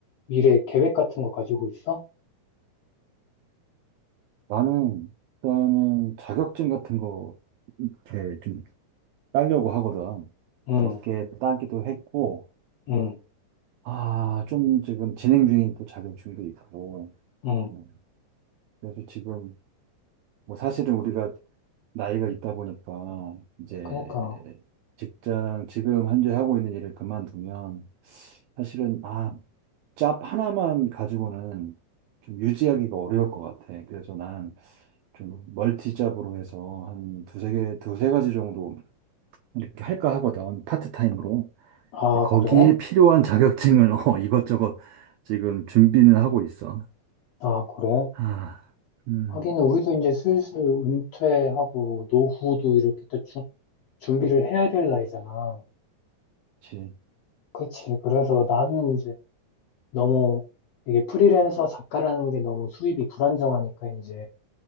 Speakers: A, on the left; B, on the right.
A: 미래 계획 같은 거 가지고 있어?
B: 나는 일단은 자격증 같은 거 이렇게 좀 따려고 하거든.
A: 응,
B: 몇 개 따기도 했고,
A: 응,
B: 아, 좀 지금 진행 중인 또 자격증도 있고,
A: 응.
B: 음, 그래서 지금 뭐 사실은 우리가 나이가 있다 보니까 이제
A: 그니까.
B: 직장 지금 현재 하고 있는 일을 그만두면 사실은 아, 잡 하나만 가지고는 좀 유지하기가 어려울 것 같아. 그래서 난 좀 멀티 잡으로 해서 한 두세 개, 두세 가지 정도 이렇게 할까 하거든. 파트타임으로.
A: 아,
B: 거기에
A: 그래?
B: 필요한 자격증을 <laughs> 어, 이것저것 지금 준비는 하고 있어.
A: 아, 그래?
B: 아, 음,
A: 하긴 우리도 이제 슬슬 은퇴하고 노후도 이렇게 또 주- 준비를 해야 될 나이잖아.
B: 그치.
A: 그치. 그래서 나는 이제 너무 이게 프리랜서 작가라는 게 너무 수입이 불안정하니까 이제